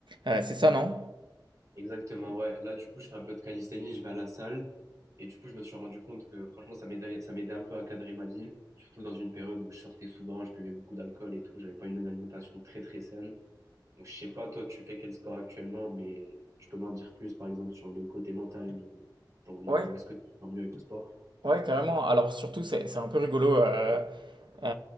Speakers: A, on the right; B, on the right.
A: heu, c'est ça, non?
B: Exactement, ouais. Là, du coup, je fais un peu de calisthénie, je vais à la salle. Et du coup, je me suis rendu compte que franchement, ça m'aidait, ça m'aidait un peu à cadrer ma vie. Surtout dans une période où je sortais souvent, je buvais beaucoup d'alcool et tout. J'avais pas une alimentation très, très saine. Donc, je sais pas, toi, tu fais quel sport actuellement, mais tu peux m'en dire plus, par exemple, sur le côté mental, le- genre au niveau,
A: Ouais,
B: est-ce que tu te sens mieux avec le sport?
A: ouais, carrément. Alors surtout, c'est c'est un peu rigolo, heu, heu,